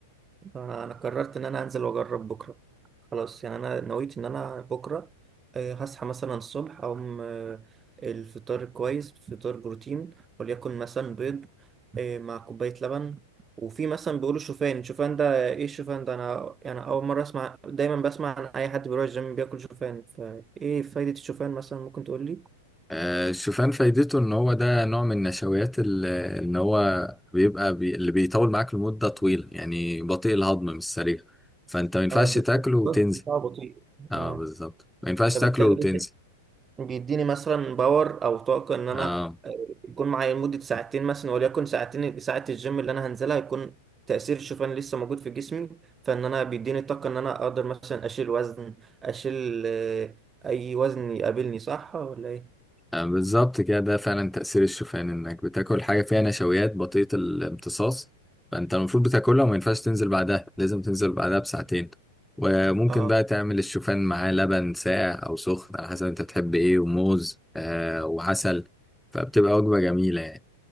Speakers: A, on the right; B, in the centre.
A: انا أنا قررت ان انا انزل واجرب بكره خلاص يعني انا نويت ان انا بكره آه، هصحى مثلا الصبح اقوم آه، الفطار كويس فطار بروتين وليكن مثلا بيض آه، مع كوبايه لبن وفي مثلا بيقولوا شوفان شوفان ده ايه الشوفان ده انا يعني اول مره اسمع دايما بسمع عن اي حد بيروح الجيم بياكل شوفان فايه فايده الشوفان مثلا ممكن تقول لي
B: آه، الشوفان فايدته إن هو ده نوع من النشويات ال- إن هو بيبقى بي اللي بيطول معاك لمدة طويلة يعني بطيء الهضم مش سريع فأنت ما ينفعش
A: اه ب-
B: تاكله
A: البروسيس
B: وتنزل
A: بتاعه بطيء
B: اه
A: اه
B: بالظبط ما ينفعش
A: فبالتالي
B: تاكله وتنزل
A: بيديني مثلا باور او طاقه ان انا
B: اه
A: آه، يكون معايا لمده ساعتين مثلا وليكن ساعتين ساعه الجيم اللي انا هنزلها يكون تاثير الشوفان لسه موجود في جسمي فان انا بيديني طاقه ان انا اقدر مثلا اشيل وزن اشيل آه، اي وزن يقابلني صح ولا ايه
B: آه، بالظبط كده ده فعلا تأثير الشوفان انك بتاكل حاجة فيها نشويات بطيئة الامتصاص فانت المفروض بتاكلها وما ينفعش تنزل بعدها لازم تنزل بعدها بساعتين وممكن
A: اه
B: بقى تعمل الشوفان معاه لبن ساقع او سخن على حسب انت بتحب ايه وموز آه وعسل فبتبقى وجبة جميلة يعني